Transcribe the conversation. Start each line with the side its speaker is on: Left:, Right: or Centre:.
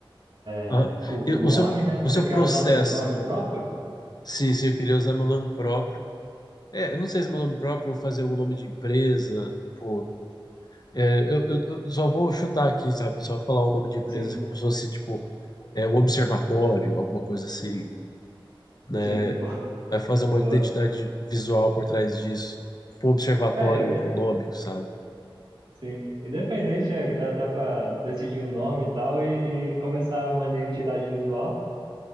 Right: né?
Left: aham.
Right: com
Left: E
Right: com o nome,
Left: o seu
Right: né?
Left: o seu
Right: Você quer
Left: processo?
Right: usar o seu nome próprio?
Left: Sim, sim, eu queria usar meu nome próprio. É, eu não sei se é meu nome próprio ou fazer algum nome de empresa, tipo, É, eu, eu- eu só vou chutar aqui, sabe? Só falar o nome de empresa
Right: Sim,
Left: como se fosse, tipo, é, o observatório, alguma coisa assim, né?
Right: sim, <laughs> boa.
Left: Vai fazer uma
Right: boa.
Left: identidade visual por trás disso. Tipo, um observatório
Right: É, ide-
Left: econômico, sabe?
Right: sim, independente, é, dá, dá para decidir o nome e tal e, e começar uma identidade visual